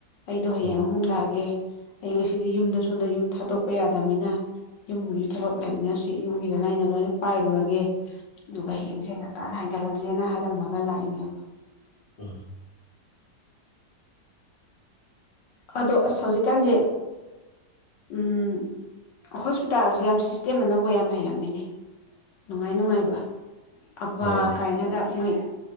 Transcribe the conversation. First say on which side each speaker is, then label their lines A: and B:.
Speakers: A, on the left; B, on the left.
A: ꯑꯩꯗꯣ ꯍꯌꯦꯡ
B: ꯑꯣ
A: ꯑꯃꯨꯛ ꯂꯥꯛꯑꯒꯦ ꯑꯩ ꯉꯁꯤꯗꯤ ꯌꯨꯝꯗ ꯁꯣꯝꯗ ꯌꯨꯝ ꯊꯥꯗꯣꯛꯄ ꯌꯥꯗꯕꯅꯤꯅ ꯌꯨꯝꯒꯤ ꯊꯕꯛ ꯂꯩꯃꯤꯟꯅꯁꯤ ꯌꯨꯝꯒꯤꯗꯅ ꯑꯩꯅ ꯂꯣꯏꯅ ꯄꯥꯏꯔꯨꯔꯒꯦ ꯑꯗꯨꯒ ꯍꯌꯦꯡꯁꯦ ꯉꯇꯥꯅ ꯍꯥꯏꯒꯠꯂꯒꯦꯅ ꯍꯥꯏꯔꯝꯃꯒ ꯂꯥꯛꯏꯅꯦꯕ
B: ꯑ
A: ꯑꯗꯣ ꯑꯁ ꯍꯧꯖꯤꯛꯀꯥꯟꯁꯦ ꯎꯝ ꯍꯣꯁꯄꯤꯇꯥꯜ ꯁꯦ ꯌꯥꯝ ꯁꯤꯁꯇꯦꯝ ꯑꯅꯧꯕꯥ ꯌꯥꯝ ꯂꯩꯔꯝꯃꯦꯅꯦ ꯅꯨꯡꯉꯥꯏ ꯅꯨꯡꯉꯥꯏꯕ ꯑꯕꯥ
B: ꯍꯣꯏ
A: ꯀꯥꯏꯅꯒ ꯃꯩ